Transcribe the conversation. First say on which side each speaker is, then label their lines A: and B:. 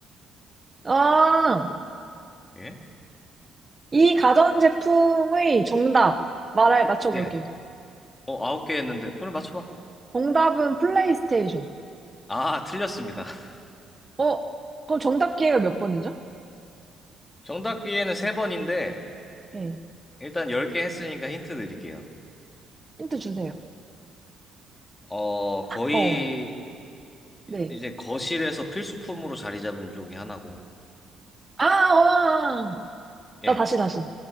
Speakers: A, on the right; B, on the left.
A: 아,
B: 예?
A: 이 가전제품의 정답. 말해, 맞춰볼게요.
B: 예. 어, 9개 했는데. 그럼 맞춰봐.
A: 정답은 플레이스테이션.
B: 아, 틀렸습니다. <laughs>
A: 어, 그럼 정답 기회가 몇 번이죠?
B: 정답 기회는 3번인데,
A: 예.
B: 일단 10개 했으니까 힌트 드릴게요.
A: 힌트 주세요.
B: 어, 거의,
A: 어, 네.
B: 이- 이제 거실에서 필수품으로 자리 잡은 쪽이 하나고,
A: 아, 어, 아. 아.
B: 예.
A: 나 다시, 다시.